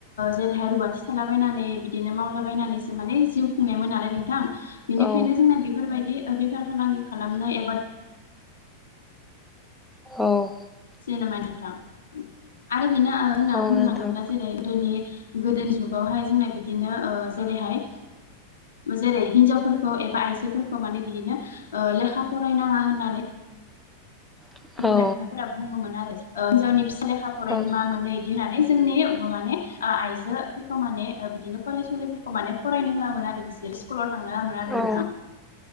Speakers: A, on the left; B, in the centre.
A: जेरैहाय रुवाथि थालाबायनानै बिदिनो मावलाबायनानैसो माने जिउ खुंनायमोन नालाय नोंथां बिनिखायनो
B: औ
A: जोंना बेफोरबायदि बेफार फालांगि खालामनो एबा
B: औ
A: नोंथां आरो बेनो आंना
B: औ
A: बुंनो
B: नोंथां
A: थाङोब्ला जेरै गोदोनि गोदोनि जुगावहाय जोंना बिदिनो जेरैहाय जेरै हिनजावफोरखौ एबा आइजोफोरखौ माने बिदिनो लेखा फरायनाङा होननानै
B: औ
A: बिमा बिफाफोरा बुङोमोन आरो हिनजावनि फिसाया लेखा फरायनानै
B: औ
A: मा मोननो बिदि होननानै जोंनि माने आइजोफोरखौ माने बिदिनो फरायसुलिफोरखौ माने फरायनो होआमोन आरो बिसोर स्कुलाव थांनो होआमोन आरो नोंथां
B: औ